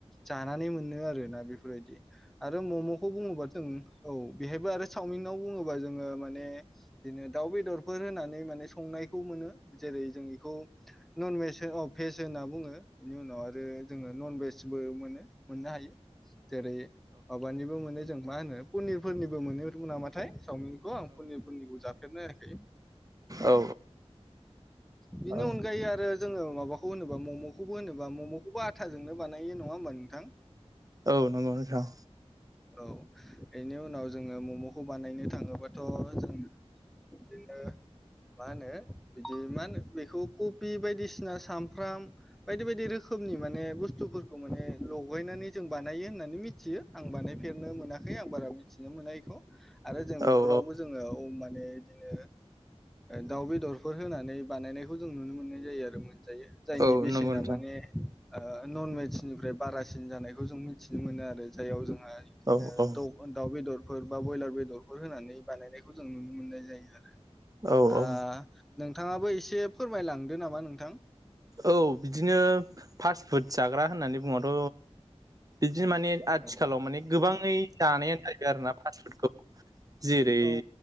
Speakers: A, in the centre; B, on the right.
A: जानानै मोनो आरोना बेफोरबायदि आरो मम'खौ बुङोबा जों औ बेहायबो आरो चावमिनाव बुङोबा जोङो माने बिदिनो दाउ बेदरफोर होनानै माने संनायखौ मोनो जेरै जों बेखौ नन भेस औ फेस होनना बुङो बेनि उनाव आरो जोङो नन भेजबो मोनो मोननो हायो जेरै माबानिबो मोनो जों मा होनो पनिरफोरनिबो मोनो रुनामाथ ओमफ्राय चावमिनखौ आं पनिरफोरनिखौ जाफेर हायाखै
B: औ
A: बेनि
B: औ
A: अनगायै आरो जोङो माबाखौ होनोबा मम'खौबो होनोबा मम'खौबो आथाजोंनो बानायो नङा होमबा नोंथां?
B: औ नंगौ नोंथां
A: औ एनि उनाव जोङो मम'खौ बानायनो थाङोबाथ' जों बिदिनो मा होनो बिदि मा होनो बेखौ कफि बायदिसिना सामब्राम बायदि बायदि रोखोम रोखोमनि माने बुस्थुफोरखौ माने लगायनानै जों बानायो होननानै मिथियो आं बानायफेरनो मोनाखै आं बारा मिथिनो मोना बेखौ आरो जों बेफोरावबो
B: औ औ
A: जोङो अ माने बिदिनो दाउ बेदरफोर होनानै बानायनायखौ जों नुनो मोननाय जायो आरो जायो जायनि
B: औ
A: बेसेना
B: नंगौ नोंथां
A: माने ओ ननभेजनिफ्राय बारासिन जानायखौ जों मिथिनो मोनो आरो जाययाव जों
B: औ औ
A: द दाव बेदरफोर बा ब्रयलार बेदरफोर होनानै बानायनायखौ जों नुनो मोननाय जायो
B: औ
A: ओ
B: औ
A: नोंथाङाबो एसे फोरमायलांदो नामा नोंथां
B: औ बिदिनो फास्ट फुड जाग्रा होननानै बुंबाथ बिदि माने आथिखालाव
A: औ
B: माने गोबाङै जानायानो जाहायो आरोना फास्ट फुडखौ जेरै
A: औ